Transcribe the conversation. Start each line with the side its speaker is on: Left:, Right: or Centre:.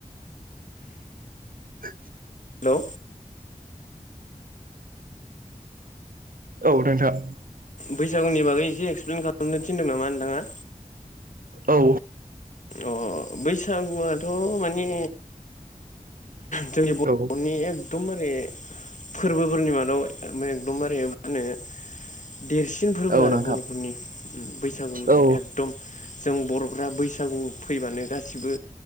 Right: आ
Left: हेलौ
Right: औ नोंथां
Left: बैसागुनि बागै एसे एक्सप्लेन खालामनो थिनदों नामा नोंथाङा
Right: औ
Left: अ बैसागुआथ' माने जोंनि बर'नि
Right: औ
Left: एकदमबारे फोरबोफोरनि मादाव एकदमबारे मा होनो देरसिन फोरबो
Right: औ
Left: आरो
Right: नोंथां
Left: बर'फोरनि बैसागु होनबाने
Right: औ
Left: एकदम जों बर'फ्रा बैसागु बैसागु फैबानो गासिबो